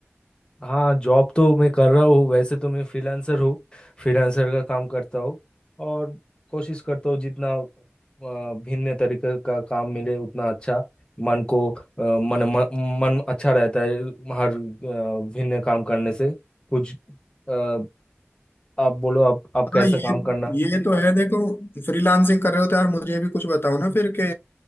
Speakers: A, on the left; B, on the left.
A: हाँ जॉब तो मैं कर रहा हूँ वैसे तो मैं फ्रीलांसर हूँ फ्रीलांसर का काम करता हूँ और कोशिश करता हूँ जितना अ, भिन्न तरीके का काम मिले उतना अच्छा मन को अ, मन मन मन अच्छा रहता है हर अ, भिन्न काम करने से कुछ अ, आप बोलो आप आप कैसा
B: हाँ ये
A: काम करना
B: ये तो है देखो फ्रीलांसिंग कर रहे हो तो यार मुझे भी कुछ बताओ ना फिर के